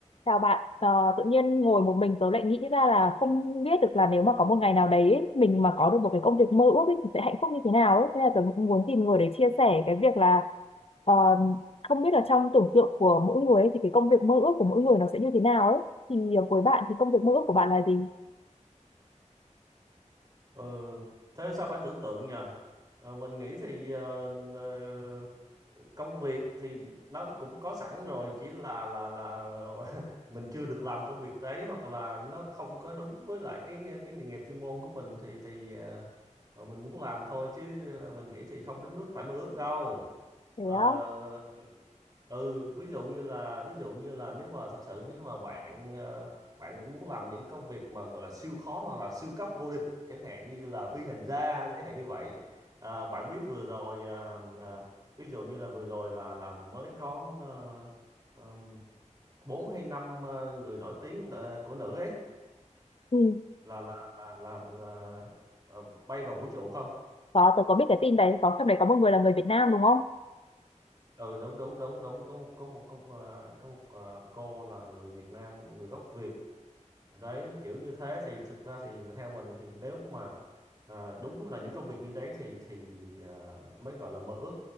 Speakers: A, on the left; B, on the right.
A: Chào bạn, Ờ, tự nhiên ngồi một mình tớ lại nghĩ ra là không biết được là nếu mà có một ngày nào đấy ấy, mình mà có được một cái công việc mơ ước ấy, thì sẽ hạnh phúc như thế nào ấy. Thế là tớ cũng muốn tìm người để chia sẻ cái việc là ờ, không biết là trong tưởng tượng của mỗi người ấy, thì cái công việc mơ ước của mỗi người nó sẽ như thế nào ấy. Thì với bạn thì công việc mơ ước của bạn là gì?
B: Ừ, thế sao phải tưởng tượng nhờ? Ờ, mình nghĩ thì ờ, ờ, công việc thì nó cũng có sẵn rồi, chỉ là là là <laughs> mình chưa được làm công việc đấy hoặc là nó không có đúng với lại cái ờ, cái nghề nghiệp chuyên môn của mình thì thì ờ, mà mình muốn làm thôi chứ ờ, mình nghĩ thì không đến nước phải mơ ước đâu.
A: Thế
B: Ờ,
A: á,
B: ừ ví dụ như là ví dụ như là nếu mà thật sự nếu mà bạn ờ, bạn muốn làm những công việc mà gọi là siêu khó hoặc là siêu cấp vô địch chẳng hạn như là phi hành gia chẳng hạn như vậy Ờ, bạn biết vừa rồi ờ, ờ, ví dụ như là vừa rồi là là mới có ờ, ờm, bốn hay năm ờ, người nổi tiếng ờ, của nữ ấy
A: ừ,
B: là là là làm ờ, ờ, bay vào vũ trụ không
A: có, tớ có biết cái tin đấy, có trong đấy có một người là người Việt Nam đúng không?
B: ừ đúng đúng đúng đúng có một có một có một, ờ, có một ờ, cô là người Việt Nam người gốc Việt đấy kiểu như thế thì thực ra thì mà theo mình thì nếu mà à, đúng là những công việc như đấy thì thì à, mới gọi là mơ ước